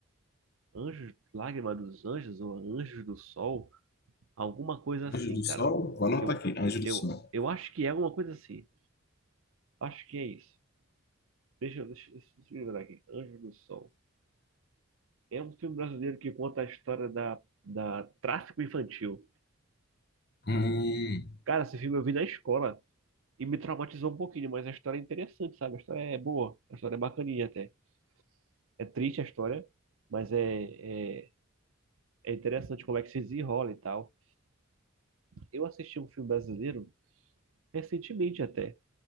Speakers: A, on the right; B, on the left.
A: Anjos, Lágrima dos Anjos ou Anjos do Sol, alguma coisa
B: <laughs>
A: assim,
B: Anjo do
A: cara.
B: Sol? Vou anotar
A: Eu,
B: aqui, Anjo do
A: eu,
B: Sol.
A: eu acho que é alguma coisa assim. Acho que é isso. Deixa, eu- deixa, eu- deixa eu lembrar aqui. Anjos do Sol. É um filme brasileiro que conta a história da, da tráfico infantil.
B: Hum,
A: Cara, esse filme eu vi na escola. E me traumatizou um pouquinho, mas a história é interessante, sabe? A história é boa, a história é bacaninha até. É triste a história, mas é, é, é interessante como é que se desenrola e tal. Eu assisti um filme brasileiro recentemente até.